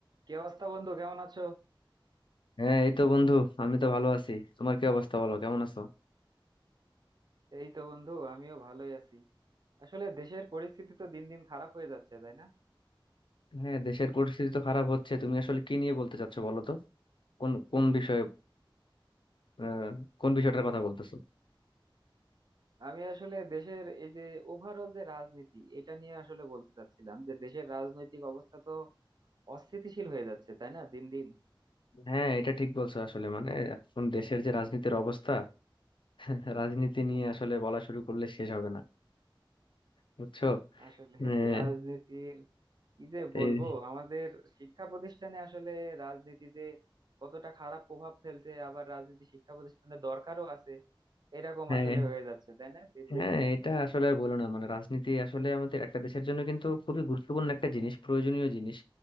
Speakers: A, on the right (about 50°); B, on the left (about 65°).
A: কি অবস্থা বন্ধু কেমন আছো
B: হ্যাঁ এই তো বন্ধু আমি তো ভালো আছি তোমার কি অবস্থা বলো কেমন আছো
A: এই তো বন্ধু আমিও ভালোই আছি আসলে দেশের পরিস্থিতি তো দিন দিন খারাপ হয়ে যাচ্ছে তাই না
B: হ্যাঁ দেশের পরিস্থিতি তো খারাপ হচ্ছে তুমি আসলে কি নিয়ে বলতে চাচ্ছো বলো তো কোন কোন বিষয়ে আহ, কোন বিষয়টার কথা বলতেছো
A: আমি আসলে দেশের এই যে ওভারঅল যে রাজনীতি এটা নিয়ে আসলে বলতে চাচ্ছিলাম যে দেশের রাজনৈতিক অবস্থা তো অস্থিতিশীল হয়ে যাচ্ছে তাই না দিন দিন
B: হ্যাঁ এটা ঠিক বলছো আসলে মানে এখন দেশের যে রাজনীতির অবস্থা <laughs> রাজনীতি নিয়ে আসলে বলা শুরু করলে শেষ হবে না বুঝছো
A: আসলে
B: আহ,
A: রাজনীতির কি যে বলবো
B: এই-
A: আমাদের শিক্ষা প্রতিষ্ঠানে আসলে রাজনীতি যে কতটা খারাপ প্রভাব ফেলছে আবার রাজনীতি শিক্ষা প্রতিষ্ঠানে দরকারও আছে এরকম
B: হ্যাঁ
A: আসলে হয়ে যাচ্ছে তাই না দিন
B: হ্যাঁ
A: দিন
B: এটা আসলে আর বলো না মানে রাজনীতি আসলে আমাদের একটা দেশের জন্য কিন্তু খুবই গুরুত্বপূর্ণ একটা জিনিস প্রয়োজনীয় জিনিস